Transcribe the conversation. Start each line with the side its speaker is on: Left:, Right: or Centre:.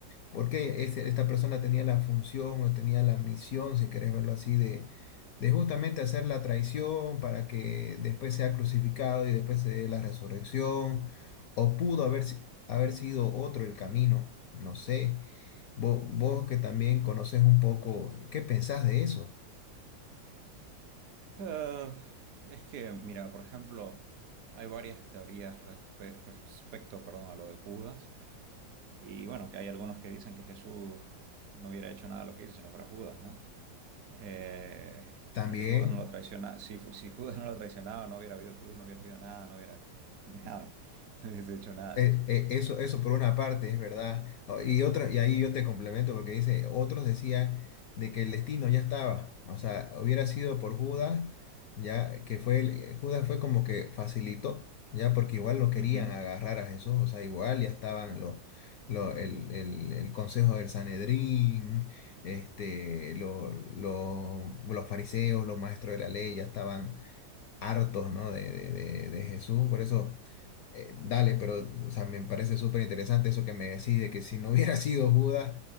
Left: Porque este- esta persona tenía la función o tenía la misión, si querés verlo así, de, de justamente hacer la traición para que después sea crucificado y después se dé la resurrección. O pudo haber, si- haber sido otro el camino, no sé. Vos, vos que también conoces un poco, ¿qué pensás de eso?
Right: Eh, es que, mira, por ejemplo, hay varias teorías respe- respecto, perdón, a lo de Judas. Y bueno, que hay algunos que dicen que Jesús no hubiera hecho nada de lo que hizo si no fuera Judas, ¿no? Eh,
Left: También.
Right: o sea, si Judas no lo traiciona, si, fu- si Judas no lo traicionaba, no hubiera habido cruz, no hubiera habido nada, no hubiera <laughs> nada, no hubiese hecho nada
Left: Eh,
Right: Jesús.
Left: eh, eso, eso por una parte es verdad. O- Y otra, y ahí yo te complemento porque dice, otros decían de que el destino ya estaba. O sea, hubiera sido por Judas, ya que fue el- eh, Judas fue como que facilitó, ya porque igual lo querían
Right: Ujú.
Left: agarrar a Jesús. O sea, igual ya estaban los, lo- el, el- el consejo del Sanedrín, este, lo- lo- los fariseos, los maestros de la ley, ya estaban hartos, ¿no? De, de, de, de Jesús. Por eso, eh, dale, pero, o sea, me parece súper interesante eso que me decís de que si no hubiera <laughs> sido Judas,